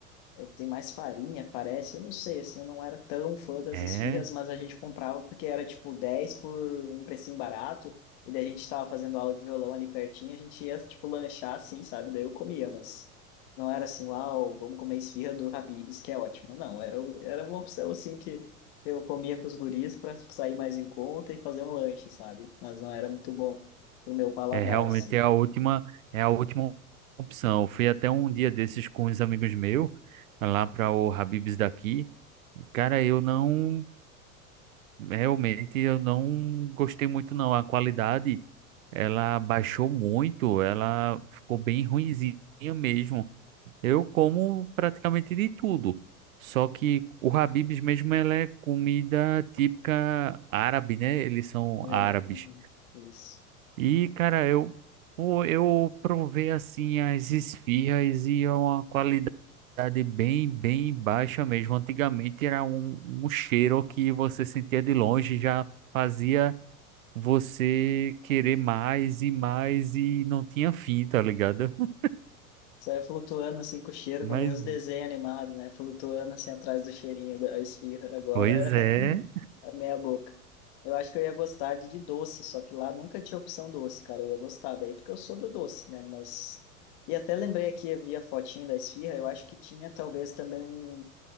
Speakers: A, on the left (about 45°); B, on the right (about 65°).
A: é, tem mais farinha, parece. Eu não sei, assim, eu não era tão fã das
B: É,
A: esfirras, mas a gente comprava porque era tipo 10 por um precinho barato. E daí a gente tava fazendo aula de violão ali pertinho, a gente ia, tipo, lanchar assim, sabe? Daí eu comia, mas não era assim, uau, vamos comer esfirra do Habib's, que é ótimo. Não, era, o- era uma opção assim que eu comia com os guris para sair mais em conta e fazer um lanche, sabe? Mas não era muito bom pro meu paladar,
B: é realmente
A: assim.
B: a última, é a última opção. Eu fui até um dia desses com uns amigos meus, lá para o Habib's daqui. Cara, eu não, realmente eu não gostei muito não. A qualidade, ela baixou muito, ela ficou bem ruinzinha mesmo. Eu como praticamente de tudo. Só
A: Uhum.
B: que o Habib's mesmo ela é comida típica árabe, né? Eles são
A: É,
B: árabes.
A: uhum, isso.
B: E, cara, eu, pô, eu provei assim as esfirras e é uma qualidade bem, bem baixa mesmo. Antigamente era um, um cheiro que você sentia de longe, já fazia você querer mais e mais e não tinha fim, tá ligado? <laughs>
A: Você vai flutuando assim com o cheiro,
B: Mas,
A: que nem os desenhos animados, né? Flutuando assim atrás do cheirinho da esfirra. Agora
B: pois é.
A: <laughs> é meia boca. Eu acho que eu ia gostar de de doce, só que lá nunca tinha opção doce, cara. Eu ia gostar daí porque eu sou do doce, né? Mas. E até lembrei aqui, eu vi a fotinha da esfirra, eu acho que tinha talvez também um...